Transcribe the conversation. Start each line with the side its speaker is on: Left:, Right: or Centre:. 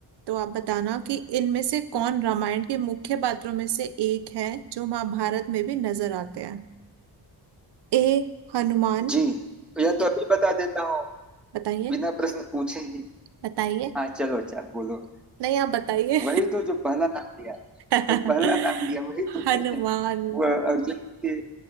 Right: तो आप बताना कि इनमें से
Centre: हम्म।
Right: कौन
Centre: हम्म।
Right: रामायण के मुख्य पात्रों में से एक है जो महाभारत में भी नजर आते हैं ए हनुमान
Centre: जी यह तो अभी बता देता हूँ
Right: बताइए
Centre: बिना प्रश्न पूछे ही
Right: बताइए
Centre: हाँ चलो अच्छा बोलो
Right: नहीं आप बताइए
Centre: वही तो जो पहला नाम लिया
Right: <laughs>
Centre: जो पहला नाम लिया वही तो
Right: हनुमान
Centre: है वह अर्जुन के